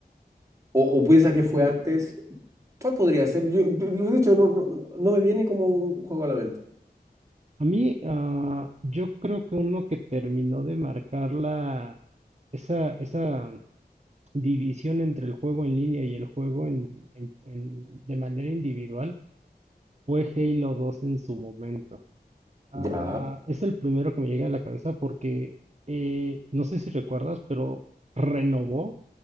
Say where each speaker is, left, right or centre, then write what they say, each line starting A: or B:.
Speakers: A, on the right; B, on the right.
A: ¿O, o piensa
B: Mm,
A: que fue antes? ¿Cuál podría ser? Yo, de- lo he dicho, no, no, no no me viene como un juego a la mente.
B: A mí, ah, yo creo que uno que terminó de marcar la, esa, esa división entre el juego en línea y el juego en, en- en- de manera individual fue Halo 2 en su momento. Ah,
A: Ya,
B: es el primero que me llega a la cabeza porque eh, no sé si recuerdas, pero renovó